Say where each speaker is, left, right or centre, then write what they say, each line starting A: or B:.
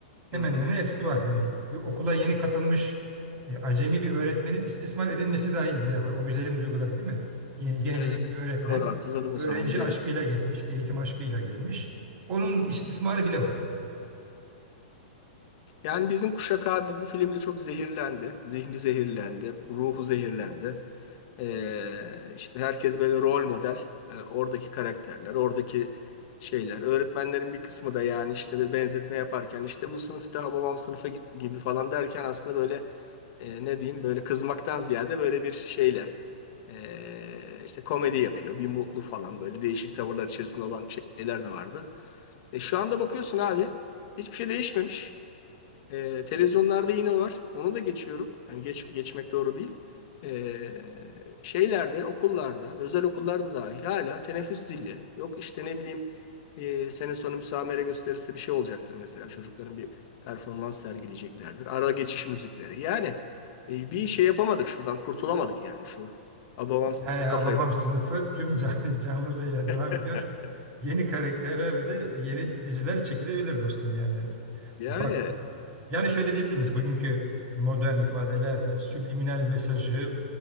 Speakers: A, on the right; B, on the left.
A: hemen
B: hı hı,
A: hemen hepsi var. Yani okula yeni katılmış e, acemi bir öğretmenin istismar edilmesi dahil bile var. O güzelim duyguları değil mi? Yeni gencecik
B: evet.
A: bir öğretmen
B: Doğru hatırladım
A: öğrenci
B: o sahneyi de
A: aşkıyla
B: evet.
A: gelmiş, eğitim aşkıyla gelmiş. Onun istismarı bile var.
B: Yani bizim kuşak abi bu filmle çok zehirlendi. Zihni zehirlendi, ruhu zehirlendi. Ee, işte herkes böyle rol model. Ee, oradaki karakterler, oradaki şeyler. Öğretmenlerin bir kısmı da yani işte bir benzetme yaparken işte bu sınıfta babam sınıfı gibi falan derken aslında böyle e, ne diyeyim böyle kızmaktan ziyade böyle bir şeyle e, işte komedi yapıyor. Bir mutlu falan böyle değişik tavırlar içerisinde olan şeyler de vardı. E, şu anda bakıyorsun abi hiçbir şey değişmemiş. Ee, televizyonlarda yine var. onu da geçiyorum. Yani geç, geçmek doğru değil. Ee, şeylerde, okullarda, özel okullarda dahil hala teneffüs zili. Yok işte ne bileyim e, sene sonu müsamere gösterisi bir şey olacaktır mesela. Çocukların bir performans sergileyeceklerdir. Ara geçiş müzikleri. Yani e, bir şey yapamadık şuradan kurtulamadık yani şu. Babam
A: Yani Hababam
B: kafayı.
A: sınıfı tüm can, <laughs> canlılığıyla
B: <laughs>
A: devam ediyor. Yeni karakterlerle de yeni diziler çekilebilir dostum yani.
B: Yani
A: Bak yani şöyle diyebilir miyiz? Bugünkü modern ifadelerle subliminal mesajı